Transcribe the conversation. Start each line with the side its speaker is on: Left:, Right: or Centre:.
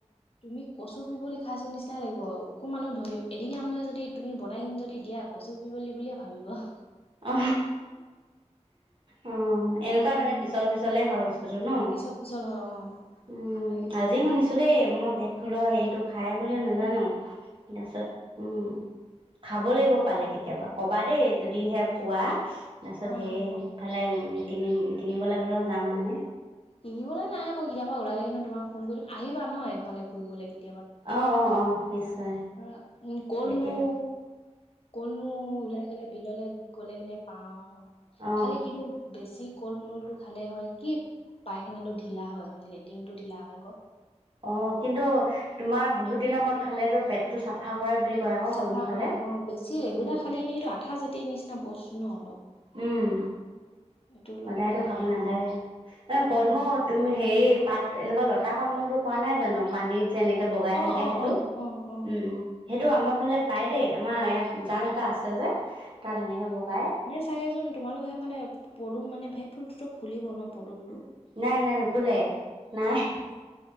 Left: তুমি কচু পিপলি খাইছো নিচিনাই লাগিব অকমানো ধৰি এদিনীয়া মানুহে যদি তুমি বনাই কিনি যদি দিয়া কচু পিপলি বুলিয়ে ভাবিব হ
Right: অ অ এনেকুৱা
Left: ইমান
Right: মানে পিছল পিছলে হয় বস্তুটো টো ন।
Left: পিছল পিছল হয় অ
Right: উম
Left: ভাল লাগে খাই
Right: আজি শুনিছোঁ দেই মই ভেত ফুলৰ হেৰিটো খাই বুলি নেজানুং তাছত উম খাব লাগিব পালে কেতিয়াবা কবা দেই যদিহে পোৱা তাৰছত
Left: অ
Right: সেইফালে
Left: মই
Right: উ কিনিম কিনিবলে হলে যাম মানে
Left: কিনিবলে নাই মই কেতিয়াবা ওলালে কিন্ত তোমাক ফোন কৰি দিম আহিবা ন এফালে ফুৰিবলে কে
Right: অ অ অ নিশ্চয়
Left: ধৰা উম কল
Right: তেতিয়া
Left: মৌ কলমৌ ওলাই গলে বিললে গলে কিনে পাওঁ
Right: অঁ
Left: খালি কিন্তু বেছি কল মৌটো খালেই হয় কি পায়খানাটো ঢিলা হয় মানে লেট্ৰিনটো ঢিলা হয় ক
Right: অ কিন্তু তোমাৰ বহুত দিনৰ মূৰত খালে তো পেটটো চাফা কৰে বুলি কয় আকৌ
Left: চাফা
Right: কলমৌ খালে
Left: কৰে অ বেছি
Right: উম
Left: ৰেগুলাৰ খালে কিনে সেইটো আঠা জাতিৰ নিচিনা বস্তু ন অলপ
Right: উম
Left: এইটো অলপ
Right: সদায়তো
Left: বেয়া
Right: খাব নেলাগে এ কলমৌ
Left: উম
Right: তুমি হেৰি পাত এনেকুৱা লতা কলমৌতো কোৱা নাই জানো পানীত যেনেকে বগাই
Left: অ
Right: থাকে
Left: অ
Right: সেটো
Left: অ অ অ
Right: উম উম সেইটো আমাৰ ফালে পাই দেই আমাৰ ইয়াত জান এটা আছে যে তাত সেনেকে বগাই
Left: তাকেচোন তোমালোক সেফালে পদুম মানে ভেদফুলটোতো ফুলিব ন পদুমটো
Right: নাই নাই নুফুলে নাই
Left: নুফুলে